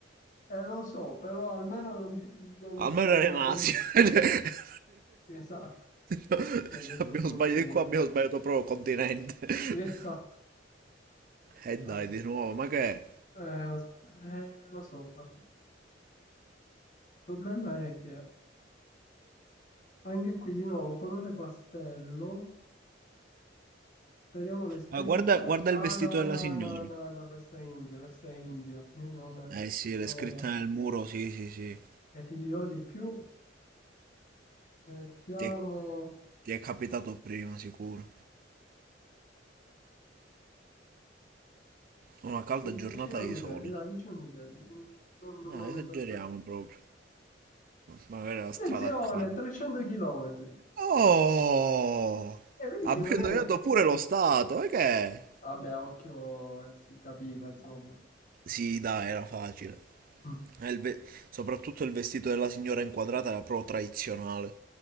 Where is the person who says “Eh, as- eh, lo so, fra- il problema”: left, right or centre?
Left